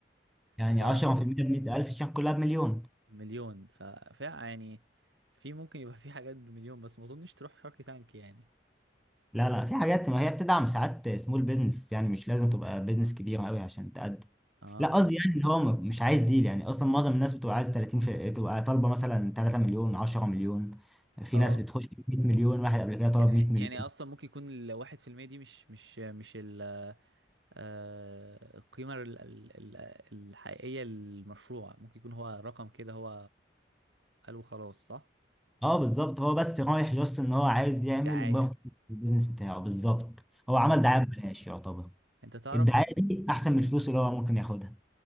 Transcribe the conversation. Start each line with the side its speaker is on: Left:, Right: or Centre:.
Centre: يعني
Right: يبقى
Centre: 10% ب 100000 الشركة كلها بمليون
Right: مليون ف... فيعني في ممكن يبقى في حاجات بمليون بس ما اظنش تروح شارك تانك يعني
Centre: لا لا في حاجات ما هي بتدعم ساعات سمول بيزنس يعني مش لازم تبقى بيزنس كبير قوي عشان تقدم
Right: اه
Centre: لا
Right: اوكي
Centre: قصدي يعني اللي هو م- مش عايز ديل يعني اصلا معظم الناس بتبقى عايز 30 في... تبقى طالبه مثلا 3 مليون 10 مليون في
Right: اه
Centre: ناس بتخش ب 100 مليون واحد قبل كده طلب
Right: يعني
Centre: 100 مليون
Right: يعني اصلا ممكن يكون الواحد في المية دي مش مش مش ال آه القيمة ال- ال- ال- الحقيقية للمشروع ممكن يكون هو رقم كده هو قالوا خلاص صح
Centre: اه بالظبط هو بس رايح جاست ان هو عايز يعمل
Right: دعاية
Centre: ماركت البيزنس بتاعه بالظبط هو
Right: فهمتك
Centre: عمل دعايه ببلاش يعتبر
Right: انت تعرف
Centre: الدعايه دي احسن
Right: مم.
Centre: من الفلوس اللي هو ممكن ياخدها